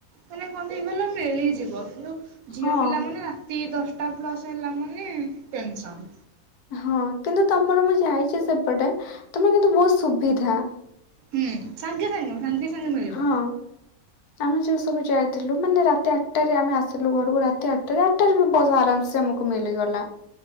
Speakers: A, on the right; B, on the left.
A: ମାନେ କହନ୍ତିୁ ଏଇଗଲ ମିଳିଯିବ କିନ୍ତୁ ଝିଅ
B: ହଁ
A: ପିଲା ମାନେ ରା ତି ଦଶଟା ପ୍ଲସ୍ ହେଲା ମାନେ ଟେନସନ୍।
B: ହଁ କିନ୍ତୁ ତମର ମୁଁ ଯାଇଛି ସେପଟେ ତମର କିନ୍ତୁ ବହୁତ ସୁବିଧା
A: ହୁଁ ସାଙ୍ଗେ ସାଙ୍ଗେ ସାଙ୍ଗେ ମିଳିବ।
B: ହଁ। ଆମେ ଯୋଉ ସବୁ ଯାଇଥିଲୁ ମାନେ ରାତି ଆଠଟାରେରେ ଆମେ ଆସିଲୁ ଘରକୁ ରାତି ଆଠଟା ଆଠଟା ବସ୍‌ ଆରାମସ ମୁଁ କୁ ମିଳିଗଲା।